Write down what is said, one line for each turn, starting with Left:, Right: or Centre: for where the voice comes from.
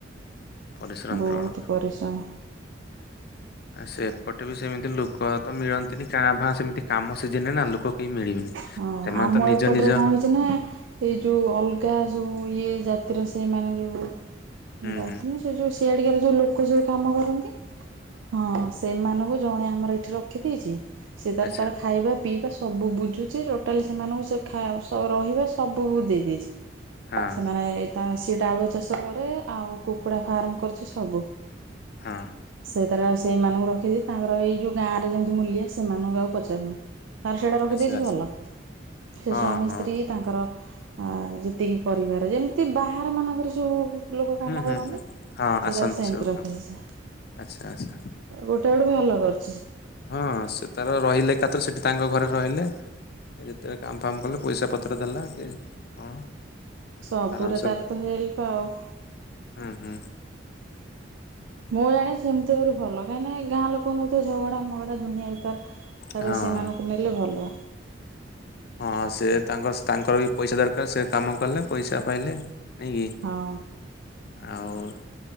Left: ପରିଶ୍ରମ
Right: ବହୁତ
Left: ପ୍ରବଳ।
Right: ପରିଶ୍ରମ।
Left: ଆ, ସେପଟେ ବି ସେମିତି ଲୋକ ତ ମିଳନ୍ତିନି କାଁ ଭାଁ ସେମିତି କାମ ସିଜନ ରେ ନା ଲୋକ କେହି ମିଳିବେନି।
Right: ହଁ
Left: ସେମାନେ
Right: ଆମ
Left: ତ ନିଜ
Right: ଏପଟରେ
Left: ନିଜ
Right: କଣ ହେଇଚି ନା ଏଇ ଯୋଉ ଅଲଗା ସବୁ ଇଏ ଜାତିର ସେ ସେଇମାନେ ଯୋଉ
Left: ହୁଁ
Right: ଜାତି
Left: ହୁଁ
Right: ନାଇଁ ସେ ଯୋଉ ସି ସିଆଡିକାର ଯୋଉ ଲୋ ଲୋକ ଯୋଉ କାମ କରନ୍ତି ହଁ ସେମାନଙ୍କୁ ଜଣେ ଆମର ଏଠି ରଖିଦେଇଚି। ସେ ତାର
Left: ଆଚ୍ଛା
Right: ତାର ଖାଇବା ପିଇବା ସ ସବୁ ବୁଝୁ ଟୋଟାଲି ସେମାନଙ୍କୁ ସେ ଖ ରହିବା ସବୁ ଦେଇ ଦେଇେଇଛି
Left: ହଁ
Right: ସେମାନେ ଏ ତା ସେ ଡାଳୁଅଳ ଚାଷ କରେ ଆଉ କୁକୁଡ଼ା ଫାର୍ମ କରିଛି ସବୁ
Left: ହଁ
Right: ସେ ତାର ସେଇମାନଙ୍କୁ ରଖିଦି ତାଙ୍କର ଏଇ ଯୋଉ ଗାଁ ରେ ଯେମିତି ମୂଲିଆ ସେମାନଙ୍କୁ ଆକୁ ପଚାରୁନି ତାର ସେଇଟା ରଖିଦେଇଛି
Left: ଆଚ୍ଛା ଆଚ୍ଛା
Right: ଭଲ ସେ
Left: ହଁ
Right: ସ୍ଵାମୀ
Left: ହଁ
Right: ସ୍ତ୍ରୀ ତାଙ୍କର ଯେତିକି ପରିବାର ଯେମିତି ବାହାର ମାନଙ୍କର ସବୁ ଲୋକ କାମ
Left: ହୁଁ ହୁଁ
Right: କରନ୍ତି
Left: ହୁଁ ହଁ
Right: ସେ
Left: ଆସନ୍ତି
Right: ତାର ସେମିତି
Left: ସବୁ
Right: ରଖିଛି
Left: କାମ
Right: ସେ
Left: ଆଚ୍ଛା ଆଚ୍ଛା
Right: ଗୋଟେ ଆଡୁ ଭଲ କରିୁଛି
Left: ହଁ ସେ ତାର ରହିଲେ ଏକାତ୍ର ସେଠି ତାଙ୍କ ଘରେ ରହିଲେ ଯେତେବେଳେ କାମଫାମ କଲେ ପଇସା ପତ୍ର ଦେଲା କି କଣ
Right: ସବୁରେ
Left: ଆରାମସେ
Right: ତାର ତ ହେଲ୍ପ ଆଉ
Left: ହୁଁ ହୁଁ
Right: ମୁଁ ଜାଣେ ସେମିତି ଆରି ଭଲ କାହିଁକି ଗାଁ ଲୋକ ନଥିବ ଝଗଡା ମଗଡା ଦୁନିଆ ଭିତାର ତାପରେ
Left: ହଁ
Right: ସେମାନଙ୍କୁ ନେଲେ ଭଲ
Left: ହଁ ସେ ତାଙ୍କର ତାଙ୍କର ବି ପଇସା ଦରକାର ସେ କାମ କଲେ ପଇସା ପାଇଲେ ନାଇଁ କି
Right: ହଁ
Left: ଆଉ